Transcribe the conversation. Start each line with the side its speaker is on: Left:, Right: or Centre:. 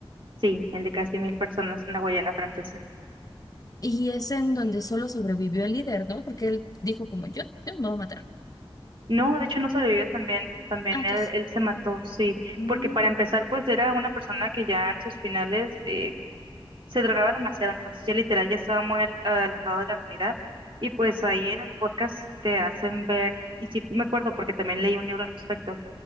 Right: Sí, el de casi mil personas en la Guayana Francesa.
Left: Y es en donde solo sobrevivió el líder, ¿no? Porque él dijo como yo, yo no me voy a matar.
Right: No, de hecho no sobrevivió también, también
Left: Ah, entonces.
Right: él, él se mató, sí,
Left: mm,
Right: porque para empezar pues era una persona que ya en sus finales eh, se drogaba demasiado, entonces ya literal ya estaba muy al- alejado de la realidad y pues ahí en el podcast te hacen ver, y sí me acuerdo porque también leí un libro al respecto,